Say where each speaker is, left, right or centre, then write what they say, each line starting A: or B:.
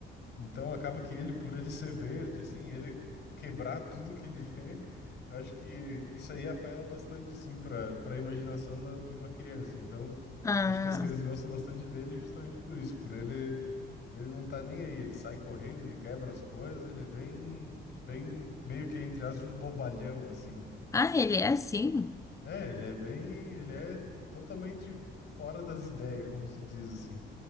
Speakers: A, on the left (about 55°); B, on the left (about 15°).
A: então acaba que ele, por ele ser verde, assim, ele quebrar tudo que ele vê, acho que isso aí apela bastante, assim, para para a imaginação da- de uma criança. Então
B: Ah.
A: acho que as crianças gostam bastante dele justamente por isso, por ele ele não tá nem aí, ele sai correndo, ele quebra as coisas, ele é bem bem meio que entre aspas bobalhão assim.
B: Ah, ele é assim?
A: É, ele é bem, ele é totalmente fora das ideias, como se diz assim.